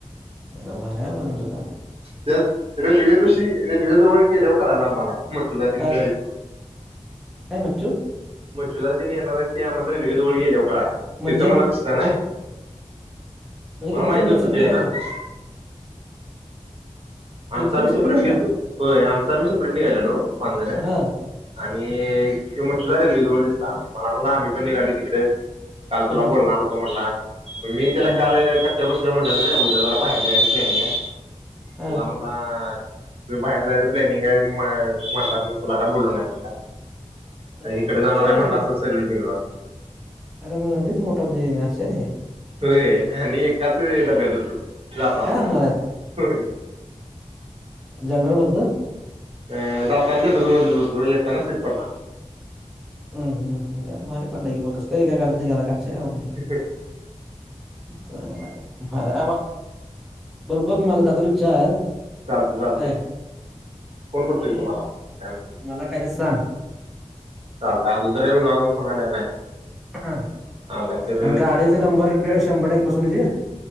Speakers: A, in the centre; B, on the right (about 50°).
A: आयला भारी हाय बाबा तुमच काम.
B: त्यात रेल्वे बशी रेल्वेजवळ गेल्यावर कळाल आम्हाला मच्छूदा तेन
A: काय
B: हायत म्हणून.
A: <inaudible> काय बच्चू
B: बच्चुदा तेन येणार आहेत ते आम्हाला रेल्वेजवळ गेल्यावर कळाल.
A: म्हणजे
B: तिथं मला दिसलं. नाही.
A: म्हणजे
B: मला
A: तुमचं
B: माहित
A: तुम्ही
B: नव्हतं
A: गेल सेपरेट
B: ते येणार
A: घालता
B: हाय.
A: तुमचं
B: आमच आम्ही
A: तुम्ही सेपरेट
B: शेपरेट
A: घालता
B: गेलतो. होय आमच आम्ही शेपरेट निघाललो पाच जण
A: हा
B: आणि ह्यो मचुदा रेल्वे जवळ दिसला मला म्हणला आम्ही पण निघालोय तिकडच. काल तुला
A: हा
B: बोलणार होतो म्हणला मी त्याला
A: हा
B: काल कट्टयावर बसल म्हणाल्याल नाही उद्या जरा बाहेर जायचं प्लॅनिंग हाय.
A: हा
B: म्हणाला तुझं बाहेर जायचं प्लॅनिंग हाय म म्हंटलास म्हणून तुला काय बोलो नाही म्हटला.
A: अं,
B: इकड
A: आश्चर्य
B: जाणार आहे म्हणलं असताच सगळीच निघलो असतो.
A: आयला मग लईच मोठा म्हणजे आश्चर्यय.
B: होय आणि आणि एकाच डब्यात होतो जातानं
A: काय सांगणार
B: होय.
A: जनरलमधन.
B: अ जाताना जनरल मध्येच बस लो येताना स्लीपरनं आलो.
A: हम् हम ह यार भारी पडला की मग कस काय एका गाडीतनं गेला काय अश्चर्यय बाबा म्हजे.
B: ह हं.
A: चांगलाय भारीय बाबा. बर बघ मला जाताना चार.
B: चालते चालते
A: काय
B: फोन
A: आणि
B: करतो की तुम्हाला काय म्हणते
A: मला काय ते सांग.
B: चालतय अजून तर काय विनू दा चा फोन आलेला नाही.
A: हा
B: आला तर
A: आणि गाडीची नंबर प्लेट शंभर टक्के बसूनच ये.